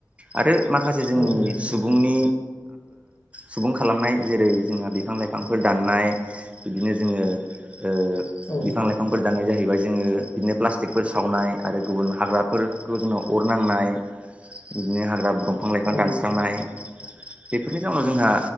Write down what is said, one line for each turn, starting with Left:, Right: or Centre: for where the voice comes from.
Right: आरो माखासे जोंनि
Left: औ नोंथां
Right: सुबुंनि सुबुं खालामनाय जेरै जोंहा बिफां लाइफांफोर दाननाय बिदिनो जोङो बिफां
Left: औ
Right: लाइफां बिफांफोर दाननाय जाहैबाय जोङो बिदिनो प्लास्टिकफोर सावनाय आरो गुबुन हाग्राफोरखौ जोंनाव अर नांनाय बिदिनो हाग्रा दंफां लाइफां
Left: औ
Right: दानस्रांनाय बेफोरनि जाउनाव जोंहा